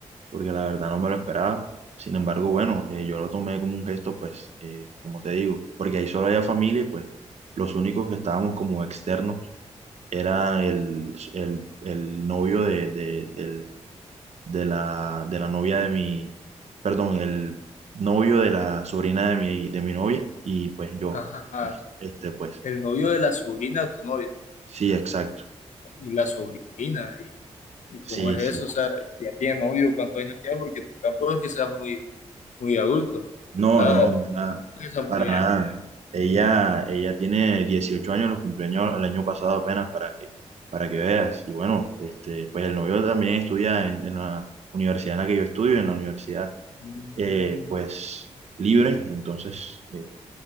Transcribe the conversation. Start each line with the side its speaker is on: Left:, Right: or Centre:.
Right: porque la verdad no me lo esperaba. Sin embargo, bueno, eh, yo lo tomé como un gesto, pues, eh, como te digo, porque ahí solo había familia y pues los únicos que estábamos como externos era el, el, el novio de, de, del- de la, de la novia de mi, perdón, el novio de la sobrina de mi, de mi novia y pues yo,
Left: ajá.
Right: este pues,
Left: El novio de la sobrina de tu novia
Right: sí, exacto,
Left: y la sobrina. ¿Y, y
Right: sí,
Left: cómo es eso?
Right: sí.
Left: O sea, ya tiene novio, ¿cuántos años tiene? Porque tampoco es que seas muy, muy adulto. o
Right: No,
Left: sea
Right: no, no, nada,
Left: Esa muy
Right: para
Left: bien.
Right: nada. Ella, ella tiene 18 años, los cumpleaños el año pasado apenas para que, para que veas. Y bueno, este, pues el novio también estudia en, en la universidad en la que yo estudio, en la universidad
Left: Mm,
Right: eh, pues libre, entonces eh,